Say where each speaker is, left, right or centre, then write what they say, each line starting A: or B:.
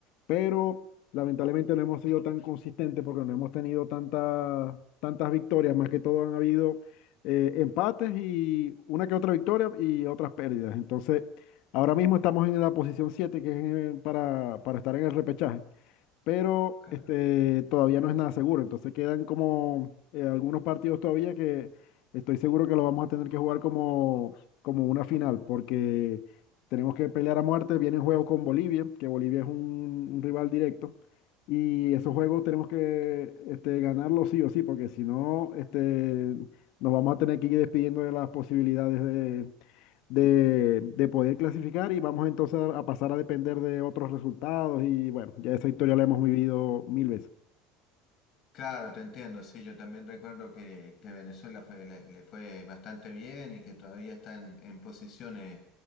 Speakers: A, on the left (about 65°); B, on the left (about 45°).
A: pero lamentablemente no hemos sido tan consistentes porque no hemos tenido tantas tantas victorias. Más que todo han habido eh, empates y una que otra victoria y otras pérdidas. Entonces, ahora mismo estamos en la posición 7 que es eh, para, para estar en el repechaje pero
B: claro.
A: este, todavía no es nada seguro. Entonces quedan como eh, algunos partidos todavía que estoy seguro que los vamos a tener que jugar como, como una final, porque tenemos que pelear a muerte. Vienen juegos con Bolivia, que Bolivia es un, un rival directo, y esos juegos tenemos que este, ganarlos sí o sí, porque si no, este, nos vamos a tener que ir despidiendo de las posibilidades de, de poder clasificar y vamos entonces a, a pasar a depender de otros resultados y bueno, ya esa historia la hemos vivido mil veces.
B: Claro, te entiendo, sí, yo también recuerdo que, que Venezuela fue- le, le fue bastante bien y que todavía está en, en posiciones,